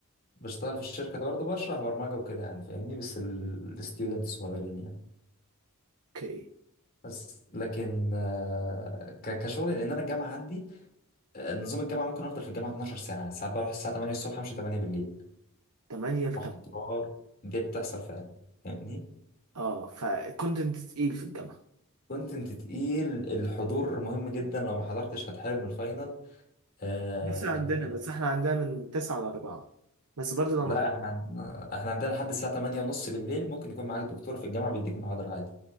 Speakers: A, on the left (about 40°); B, on the right (about 90°).
A: بشتغل في الشركة برضه بشرح برمجة وكده يعني فاهمني بس الستودنت صغيرين يعني
B: اوكي
A: بس لكن آه، ك- كشغل لان انا الجامعه عندي آه، نظام الجامعه ممكن افضل في الجامعه 12 ساعه ساعات بروح الساعه 8 الصبح مش 8 بالليل
B: 8 ل 8
A: محاضرات دي بتحصل فعلا فاهمني
B: اه فالكونتنت تقيل في الجامعه
A: كونتنت تقيل الحضور مهم جدا لو ما حضرتش هتحرم من الفاينل آه
B: لسه عندنا بس احنا عندنا من 9 ل 4 بس برضه
A: لا
B: لو محتاج
A: احنا عندنا احنا عندنا لحد الساعه 8 ونص بالليل ممكن يكون معاك دكتور في الجامعه بيديك محاضره عادي